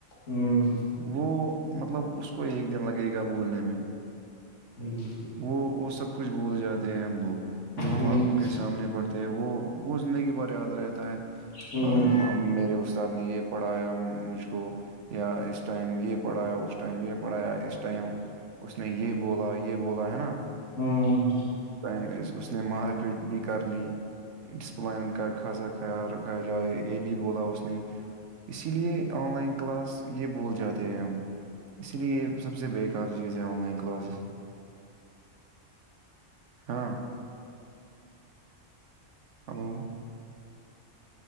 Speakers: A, on the left; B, on the right.
A: ہوں
B: وہ مطلب اس کو ایک دن لگے گا بولنے میں
A: جچ
B: وہ وہ سب کچھ بول جاتے ہیں ہم لوگ جو ہم
A: ہ
B: آنکھوں کے سامنے بڑھتے ہیں وہ وہ زندگی کے بارے یاد رہتا ہے
A: ہوں
B: ام، ام، میرے استاد نے یہ پڑھایا مجھ کو یا اس ٹائم یہ پڑھایا اس ٹائم یہ پڑھایا اس ٹائم اس نے یہ بولا یہ بولا ہے نا
A: ہوں
B: ٹم اس نے مار پیٹ بھی کر لی ڈسپلائن کا خاصا خیال رکھا جائے یہ بھی بولا اس نے اسی لیے آن لائن کلاس یہ اسکول جاتے ہیں ہم اسی لیے سب سے بیکار چیز ہے آن لائن کلاسز ہاں hello